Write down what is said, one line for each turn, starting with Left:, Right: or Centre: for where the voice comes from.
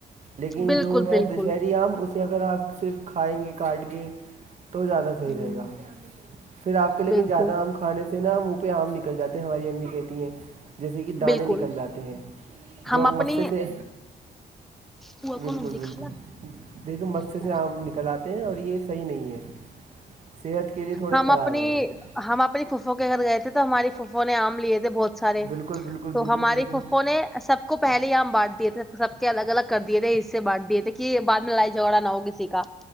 Right: لیکن
Centre: بالکل
Right: جو ہے
Centre: بالکل
Right: دشہری عام اسے اگر آپ صرف کھائیں گے کاٹ کے تو زیادہ صحیح رہے
Centre: ہوں
Right: گا پھر آپ کے لیکن
Centre: بالکل
Right: زیادہ آم کھا کھانے سے نا منہ پہ آم نکل جاتے ہیں ہماری امی کہتی ہیں جیسے کہ دانے
Centre: بالکل
Right: نکل جاتے ہیں
Centre: ہم
Right: جو
Centre: اپنی
Right: مسےسے
Centre: پوا
Right: بالکل
Centre: کو نمج
Right: بالکل
Centre: خالا
Right: دیکھیے مسے
Centre: کو
Right: سے آم نکل آتے ہیں اور یہ صحیح نہیں ہے صحت کے لیے تھوڑے
Centre: ہم
Right: خراب
Centre: اپنی
Right: ہیں یہ
Centre: ہم اپنی پھپو کے گھر گئے تھے تو ہماری پھپو نے آم لیے تھے بہت سارے
Right: بالکل بالکل
Centre: تو
Right: بالکل
Centre: ہمارے
Right: پھوپھو
Centre: پھپو نے سب کو پہے ہی آ م بانٹ دیے تھے سب کے الگ الگ کر دیے تھے اس سے بانٹ دیے تھے کہ بعد میں لائی جھگڑا نہ ہو کسی کا